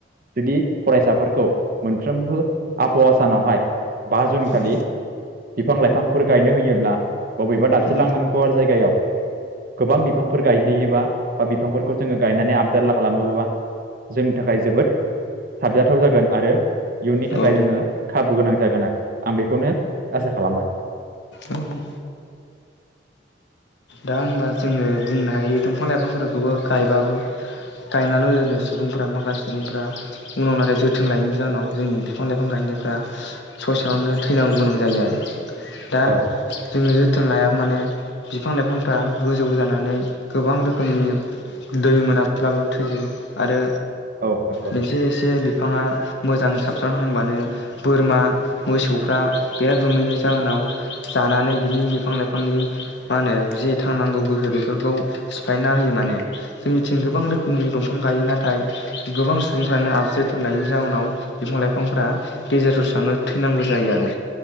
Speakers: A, on the right (about 50°); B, on the left (about 70°).
A: जुदि फरायसाफोरखौ मोनफ्रोमबो आबहावा सानावहाय बा जुन खालि
B: औ
A: बिफां लाइफांफोर गायनो होयोब्ला बबेबा दाबसे
B: औ
A: लांदां गुवार जायगायाव गोबां बिफांफोर गायहैयोबा बा बिफांफोरखौ जोङो गायनानै आबदाल खालामोबोबा जोंनि थाखाय जोबोद साबजाथाव जागोन आरो इयुननि थाखाय
B: औ
A: जोङो खाबु गोनां जागोन आरो आं बेखौनो आसा खालामबाय
B: औ दा होनबा जोङो बुंनो हायो दंफां लाइफांफोरखौबो गायबाबो गायनानै ल सुबुंफ्रा माखासे सुबुंफ्रा उनाव नाथाय जोथोन लायैनि जाहोनाव जोंनि बिफां लाइफां गायनायफ्रा ससेयावनो थैनांगौ गोनां जायो आरो दा
A: औ
B: जोङो जोथोन लायाबा माने फ्रा गोजौ जानानै गोबां रोखोमनि दै मोनाब्लाबो थैयो आरो
A: औ नंगौ
B: मोनसे एसे बिफाङा मोजां साबस्रांहांबानो बोरमा मोसौफ्रा बिराद दुमैनि जाहोनाव जानानै बिनि बिफां लाइफांनि मा होनो जे थांनांगौ गोहो बेफोरखौ सिफायना होयो माने जोंनिथिं गोबां रोखोमनि दंफां गायो नाथाय गोबां सुबुंफ्रानो आ जोथोन लायिनि जाउनाव बिफां लाइफांफ्रा गेजेर ससेयावनो थैनांगौ जायो आरो